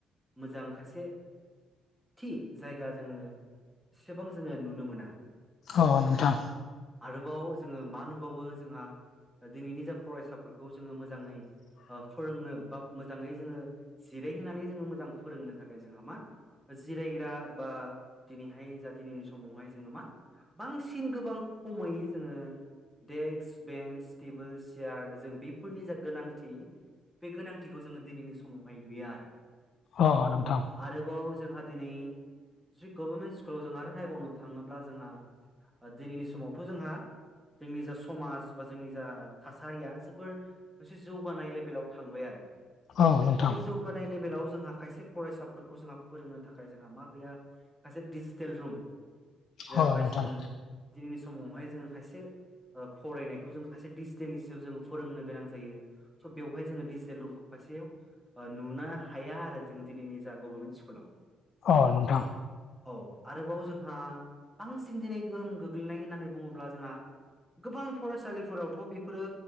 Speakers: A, in the centre; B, on the left (about 65°).
A: मोजां खायसे थि जायगा जोङो एसेबां जोङो नुनो मोना।
B: अ अ नोंथां
A: आरोबाव जोङो मा नुबावो जोंहा दिनैनि जा फरायसाफोर खौ जोङो मोजाङै ओ फोरोंनो बा मोजाङै जोङो जिरायहोनानै जोङो मोजां फोरोंनो थाखाय जोंहा मा जिरायग्रा बा दिनैहाय जा दिनैनि समावहाय जोङो मा बांसिन गोबां खमै जोङो डेक्स बेन्स टेबोल सियार जों बे फोरनि जा गोनांथि बे गोनांथिखौ जोङो दिनैनि समावहाय नुयो आरो।
B: अ नोंथां।
A: आरोबाव जोंहा दिनै जुदि गभर्नमेन्ट स्कुलाव जों आरो नायबावनो थाङोब्ला जोंहा दिनैनि समावथ' जोंहा जोंनि जा समाज बा जोंनि जा थासारिया जो बोर मोनसे जौगानाय लेभेलाव थांबाय आरो
B: औ नोंथां
A: दा बे जौ गानाय लेभेलाव जोंहा खायसे फरायसाफोरखौ जोंहा फोरोंनो थाखाय जोंहा मा गैया सासे डिजिटेल रुम जेरावहाय
B: औ नोंथां
A: जोङो दिनैनि समावहाय जोङो खायसे ओ फरायनायखौ जोङो खायसे डिजिटेलि जों फोरोंनो गोनां जायो स' बेवहाय जोङो डिजिटेल रुमखौ खायसेयाव नुनो हाया आरो जों दिनैनि जा गभर्नमेन्ट स्कुलाव।
B: अ नोंथां।
A: औ आरोबाव जोंहा बांसिन दिनै गोहोम गोग्लैनाय होननानै बुङोब्ला जोंहा गोबां फरायसालिफोरावथ' बेफोरो